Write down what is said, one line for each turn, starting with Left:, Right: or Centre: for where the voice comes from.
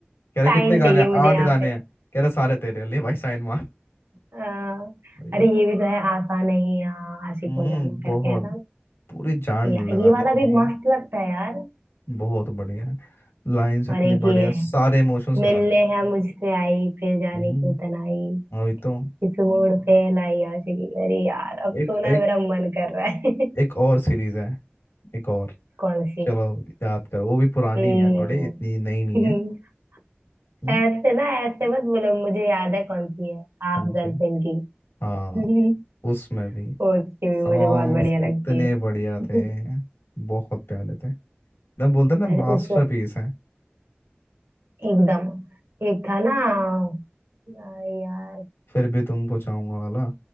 Left: कह रहे
Right: साइन
Left: कितने गाने
Right: चाहिए
Left: हैं
Right: मुझे
Left: आठ
Right: यहाँ
Left: गाने
Right: पे
Left: हैं कह रहे सारे तेरे ले भाई साइन मार
Right: आ,
Left: वही तो
Right: अरे ये भी तो है आसान नहीं यहाँ आशिक
Left: हम्म
Right: हो जाना
Left: बहुत
Right: करके है ना
Left: पूरी जान
Right: या,
Left: लगा
Right: ये वाला
Left: दे
Right: भी
Left: भाई
Right: मस्त लगता है यार
Left: बहुत बढ़िया है लाइंस इतनी
Right: और एक
Left: बढ़िया
Right: ये है
Left: सारे इमोशंस
Right: मिलने
Left: डाल रहे हैं
Right: है मुझसे आई फिर जाने
Left: हम्म
Right: क्यों तनाई
Left: वही तो
Right: इस मोड़ पे लाई आशिकी अरे यार अब
Left: एक
Right: तो
Left: एक
Right: ना मेरा मन कर रहा है <laughs>
Left: एक और सीरीज है एक और
Right: कौन सी
Left: चलो याद करो वो भी पुरानी
Right: हम्म
Left: है थोड़ी इतनी नई नहीं है
Right: <laughs>
Left: हम्म
Right: ऐसे ना ऐसे मत बोलो मुझे याद है कौन सी है हाफ
Left: कौन सी
Right: गर्लफ्रेंड
Left: हाँ
Right: की <laughs>
Left: उसमें भी
Right: उसकी भी
Left: सॉन्ग्स
Right: मुझे बहुत बढ़िया
Left: इतने
Right: लगती
Left: बढ़िया
Right: है
Left: थे
Right: <laughs>
Left: बहुत प्यारे थे एकदम बोलते हैं ना
Right: अरे
Left: मास्टरपीस
Right: उस
Left: है
Right: एकदम एक था ना आ, यार
Left: फिर भी तुमको चाहूंगा वाला